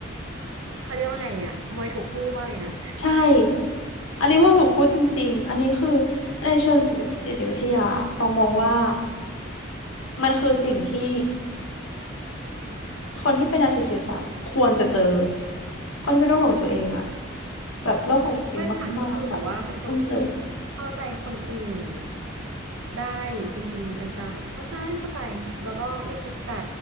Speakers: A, on the right; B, on the left.
A: เขาเรียกว่าไงอะมวยถูกคู่มากเลยนะ
B: ใช่อันนี้มันถูกพูดจริงๆอันนี้คือในเชิงจิตจิตวิทยาต้องมองว่ามันคือสิ่งที่คนที่เป็นนาร์ซิสซิสต์อะควรจะเจอคนที่เป็นโรคหลงตัวเองอะแบบโรคหลงตัวเองมากๆอะต้องเจอ
A: อืมซูเปอร์มหัดก็คือแบบว่าเป็นคนที่เข้าใจคนอื่นได้เป็นจริงเป็นจังแบบเข้าใจเข้าใจแล้วก็ไม่คิดจะ